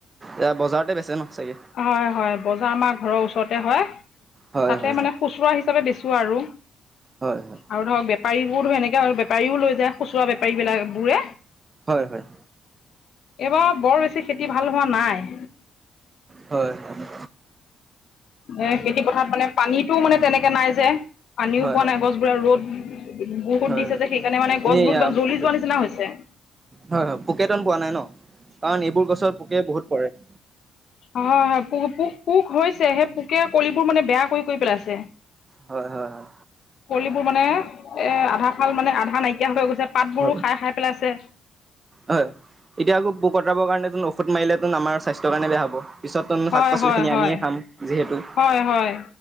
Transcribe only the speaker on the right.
এইয়া বজাৰতে বেছে ন চাগে?
হয়
হয় হয়
হয় হয়
হয়, হয়।
হয়, হয়।
হয়
হয়
হয়
এনেই
আ
পোক
হয়, হয়, পোকে তন পোৱা নাই ন, কাৰণ এইবোৰ গছত পোকে বহুত পৰে।
হয়, হয়। হয়
হয়,
হয়, এতিয়া আকৌ পোক অটৰাবৰ কাৰনে তুমি অষ সধ মাৰিলেটোন আমাৰ স্বাস্থ্যৰ কাৰণে বেয়া হ'ব, পিছতোন
শাক পাছলিখিনি
আমিয়ে খাম যিহেতু।